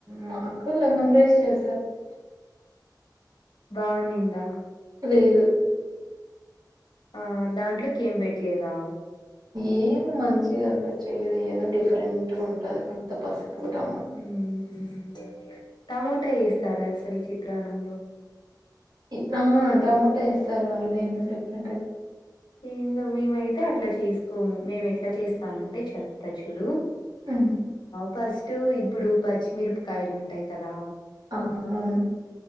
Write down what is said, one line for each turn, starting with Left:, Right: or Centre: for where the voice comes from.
Right: మాకు లెమన్ రైస్ చేశారు
Left: బావునిందా
Right: లేదు
Left: ఆ దాంట్లోకి ఏం పెట్టలేదా
Right: ఏమి మంచిగా అంత చేయదు ఏదో డిఫరెంట్‌గా ఉంటది ఉత్త పసుపు టమో
Left: హ్మ్ టమోటా ఏస్తారా అసలు చిత్రాన్నంలో
Right: ఇట్నమా టమోటా ఏస్తారు వాళ్ళు ఏమి డిఫరెంట్ అయితే
Left: ఏందో మేమైతే అట్లా చేసుకోము మేము ఎట్లా చేస్తామంటే చెప్తా చూడు
Right: హ్మ్
Left: ఫస్టు ఇప్పుడు పచ్చిమిరపకాయలు ఉంటాయి కదా
Right: ఆ న్